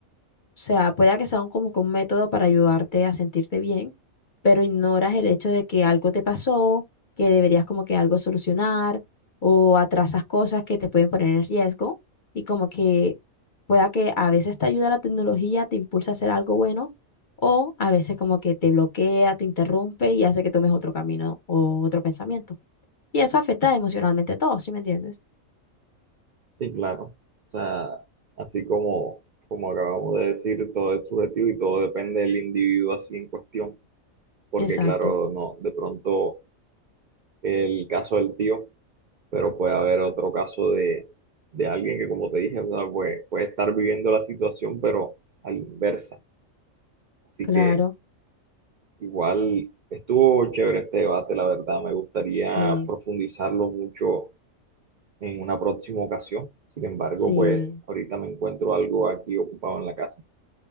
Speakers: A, on the left; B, on the right.
A: o sea, pueda que sea un- como que un método para ayudarte a sentirte bien, pero ignoras el hecho de que algo te pasó, que deberías como que algo solucionar o atrasas cosas que te pueden poner en riesgo y como que pueda que a veces te ayuda la tecnología, te impulsa a hacer algo bueno o a veces como que te bloquea, te interrumpe y hace que tomes otro camino o otro pensamiento. Y eso afecta emocionalmente a todos, ¿sí me entiendes?
B: Sí, claro. O sea, así como, como acabamos de decir, todo es subjetivo y todo depende del individuo así en cuestión, porque
A: Exacto,
B: claro, no, de pronto el caso del tío, pero puede haber otro caso de, de alguien que, como te dije, o sea, puede, puede estar viviendo la situación, pero a la inversa. Así
A: claro,
B: que igual estuvo chévere este debate, la verdad, me gustaría
A: sí,
B: profundizarlo mucho en una próxima ocasión. Sin embargo,
A: sí.
B: pues ahorita me encuentro algo aquí ocupado en la casa.